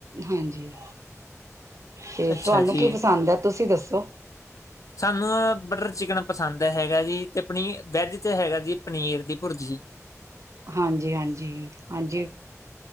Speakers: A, on the right (about 65°); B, on the left (about 80°).
A: ਹਾਂਜੀ, ਤੇ
B: ਅੱਛਾ
A: ਤੁਹਾਨੂੰ
B: ਜੀ
A: ਕੀ ਪਸੰਦ ਐ, ਤੁਸੀਂ ਦੱਸੋ।
B: ਸਾਨੂੰ ਬਟਰ ਚਿਕਨ ਪਸੰਦ ਹੈਗਾ ਜੀ ਤੇ ਪਨੀ ਵੈੱਜ ' ਹੈਗਾ ਜੀ ਪਨੀਰ ਦੀ ਭੁਰਜੀ।
A: ਹਾਂਜੀ- ਹਾਂਜੀ, ਹਾਂਜੀ